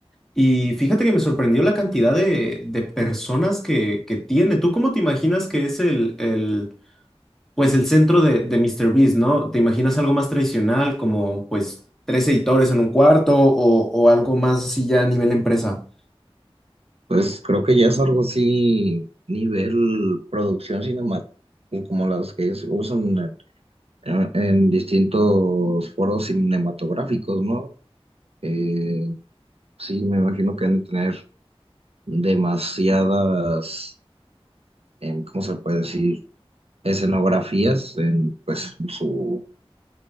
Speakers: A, in the centre; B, on the right.
A: Y fíjate que me sorprendió la cantidad de, de personas que, que tiene. ¿Tú cómo te imaginas que es el, el, pues el centro de, de míster Beast, ¿no? ¿Te imaginas algo más tradicional, como pues tres editores en un cuarto o, o algo más así ya a nivel empresa?
B: Pues creo que ya es algo así, nivel producción cinematográfica, como las que ellos usan en, en distintos foros cinematográficos, ¿no? Eh, sí, me imagino que han de tener demasiadas, em, ¿cómo se puede decir? Escenografías en, pues, en su,